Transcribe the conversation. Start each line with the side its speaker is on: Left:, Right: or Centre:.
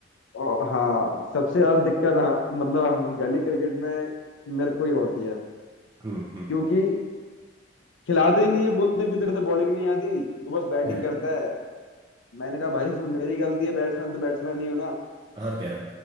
Left: और हाँ सबसे ज्यादा दिक्कत हाँ, मतलब हम गली क्रिकेट में मेरे को ये होती है
Right: हम्म हम्म
Left: क्योंकि खिलाते ही नहीं है बोलते हैं कि तेरे से बॉलिंग नहीं आती तो बस बैटिंग
Right: है,
Left: करता है मैंने कहा भाई इसमें मेरी गलती है बैट्समैन तो बैट्समैन ही हो ना
Right: और क्या